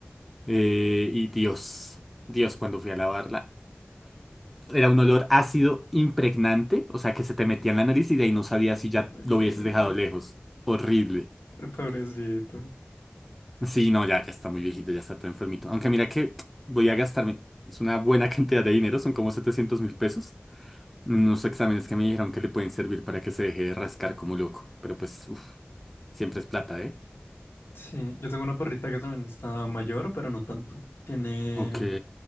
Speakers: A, in the centre; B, on the left.
A: Eh, y Dios, Dios, cuando fui a lavarla, era un olor ácido impregnante, o sea que se te metía en la nariz y de ahí no sabía si ya
B: Ay,
A: lo
B: qué
A: hubieses
B: horrible.
A: dejado lejos. Horrible.
B: Pero pobrecito.
A: Sí, no, ya, ya está muy viejito, ya está todo enfermito. Aunque mira que voy a gastarme, es una buena <laughs> cantidad de dinero, son como setecientos mil pesos. en Unos exámenes que me dijeron que le pueden servir para que se deje de rascar como loco. Pero pues, uff, siempre es plata, ¿eh?
B: Sí, yo tengo una perrita que también está mayor, pero no tanto. Tiene,
A: Ok.